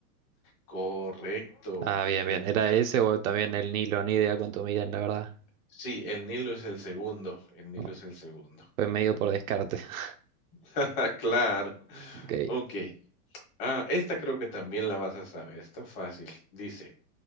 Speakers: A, on the left; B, on the right.
A: Correcto,
B: Ah, bien,
A: el
B: bien. ¿Era ese o también el Nilo? Ni idea cuánto miden, la verdad.
A: Sí, el Nilo es el segundo, el Nilo
B: No,
A: es el segundo.
B: fue medio por descarte. <laughs>
A: <laughs> Claro.
B: Ok.
A: Ok. Ah, esta creo que también la vas a saber, está fácil. Dice,